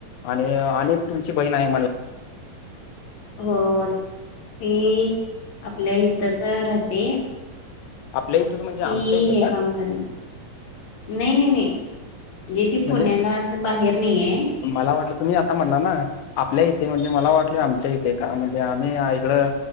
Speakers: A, on the left; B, on the left.
A: आणि अनेक तुमची बहीण आहे म्हणला.
B: हो ती आपल्या हितच राहते.
A: आपल्या इथंच म्हणजे आमच्या
B: ती
A: इथं
B: हे
A: का
B: काम करेन. नाही नाही नाही म्हणजे ती
A: म्हणजे
B: पुण्याला असं बाहेर नाहीये.
A: मला वाटलं तुम्ही आता म्हणला‌ ना आपल्या इथे म्हणजे मला वाटलं आमच्या इथे का म्हणजे आम्ही हिकडं